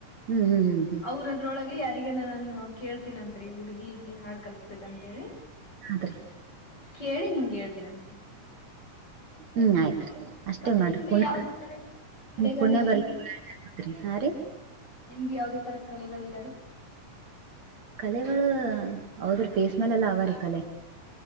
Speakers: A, on the right (about 60°); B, on the left (about 30°).
A: ಹ್ಮ್ ಹ್ಮ್ ಹ್ಮ್ ಹ್ಮ್
B: ಅವ್ರ ಅದ್ರೊಳಗೆ ಯಾರಿಗ ನನ್ ಕೇಳ್ತೀನಂತರಿ ಹುಡ್ಗಿಗೆ ಹಾಡ್ ಕಲ್ಸ್ಬೇಕಂತಿ
A: ಅ ರಿ
B: ಕೇಳಿ ನಿಮಗೆ ಹೇಳ್ತೀನಂತ್ರಿ
A: ಹ್ಮ್ ಆಯ್ತ್ರಿ ಅಷ್ಟೇ
B: ಮತ್ತೆ
A: ಮಾಡ್ರಿ
B: ನಿಮ್ಗೆ
A: ಪುಣ
B: ಯಾವ್ದ ತರ ಕಲೆಗಳಿಲ್ಲ
A: ಪುಣ್ಯ ಬರ್ತ್ರಿ
B: ಏನ್ರಿ
A: ಹಾ ರೀ
B: ನಿಮ್ಗೆ ಯಾವದೇ ತರ ಕಲೆಗಳಿಲ್ಲ ರೀ
A: ಕಲೆಗಳು ಹದ್ರ ಪೇಸ್ ಮೇಲೆೆಲ್ಲ ಅವರಿ ಕಲೆ